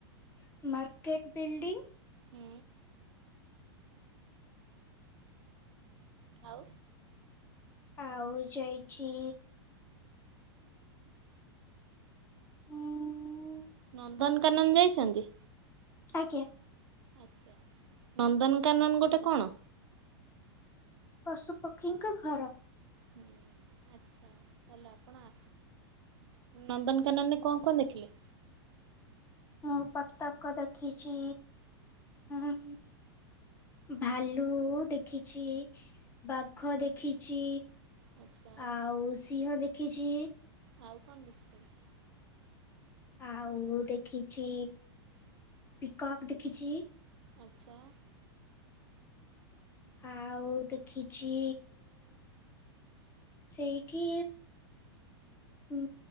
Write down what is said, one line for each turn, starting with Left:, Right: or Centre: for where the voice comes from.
Left: ସ ମାର୍କେଟ ବିଲ୍ଡିଂ।
Right: ହୁଁ। ଆଉ।
Left: ଆଉ ଯାଇଛି ଉଁ
Right: ନନ୍ଦନକାନନ ଯାଇଛନ୍ତି?
Left: ଆଜ୍ଞା।
Right: ଆଛା ନନ୍ଦନକାନନ ଗୋଟେ କଣ?
Left: ପଶୁପକ୍ଷୀଙ୍କ ଘର।
Right: ହୁଁ ଆଛା ତାହା ହେଲେ ଆପଣ ଆ ନନ୍ଦନକାନନରେ କଣ କଣ ଦେଖିଲେ?
Left: ମୁଁ ବତକ ଦେଖିଛି ଉଁ ଭାଲୁ ଦେଖିଛି ବାଘ ଦେଖିଛି
Right: ଆଚ୍ଛା
Left: ଆଉ ସିଂହ ଦେଖିଛି
Right: ଆଉ କଣ ଦେଖୁଛନ୍ତି
Left: ଆଉ ଦେଖିଛି ପିକକ୍ ଦେଖିଛି
Right: ଆଚ୍ଛା।
Left: ଆଉ ଦେଖିଛି ସେଇଠି ହୁଁ